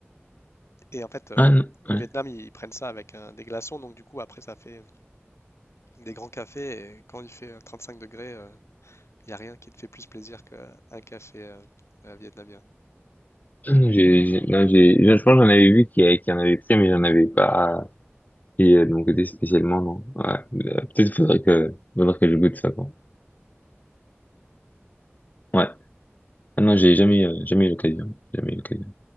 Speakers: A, on the left; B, on the left.
A: et en fait, euh,
B: Ah non.
A: au
B: Ouais.
A: Vietnam, ils, ils prennent ça avec un- des glaçons. Donc du coup, après, ça fait des grands cafés. Et quand il fait euh, 35 degrés, il n'y a rien qui te fait plus plaisir qu'un café euh, euh, vietnamien.
B: Ah non, j'ai, j'ai- non, j'ai, je pense que j'en avais vu qui qui en avait pris, mais j'en avais pas pris euh, de mon côté spécialement, non. Ouais. Euh, Peut-être faudrait que, faudrait que je goûte ça, quoi. Ouais. Ah non, j'ai jamais, euh, jamais eu l'occasion. Jamais eu l'occasion.